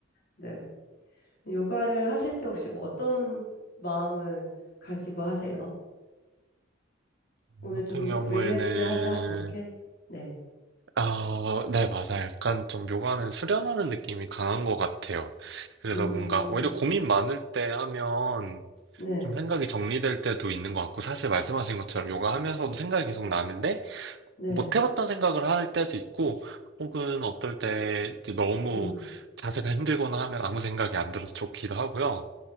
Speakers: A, on the left; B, on the right.
A: 네. 요가를 하실 때 혹시 뭐 어떤 마음을 가지고 하세요? 오늘
B: 저 같은
A: 좀
B: 경우에는,
A: 릴렉스 하자, 이렇게? 네.
B: 아, 네, 맞아요. 약간 좀 요가는 수련하는 느낌이 강한 것 같아요. 그래서
A: 음,
B: 뭔가 오히려 고민 많을 때 하면
A: 네,
B: 좀 생각이 정리될 때도 있는 것 같고, 사실 말씀하신 것처럼 요가 하면서도 생각이 계속 나는데,
A: 네,
B: 못 해봤던 생각을 할 때도 있고, 혹은 어떨 때 이제 너무
A: 음,
B: 자세가 힘들거나 하면 아무 생각이 안 들어서 좋기도 하고요.